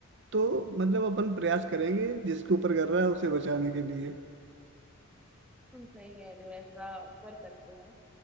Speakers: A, on the right; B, in the centre.
A: तो मतलब अपन प्रयास करेंगे जिसके ऊपर गिर रहा है उसे बचाने के लिए
B: तुम सही कह रहे हो ऐसा कर सकते हैं